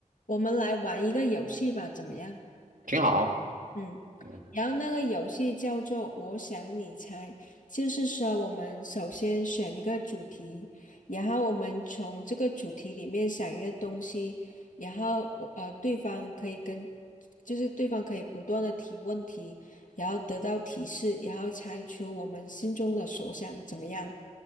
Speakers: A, on the left; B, on the right.
A: 我们来玩一个游戏吧，怎么样？
B: 挺好，
A: 嗯，
B: 嗯，
A: 然后那个游戏叫做“我想你猜”，就是说我们首先选一个主题，然后我们从这个主题里面想一个东西，然后我呃对方可以跟，就是对方可以不断的提问题，然后得到提示，然后猜出我们心中的所想，怎么样？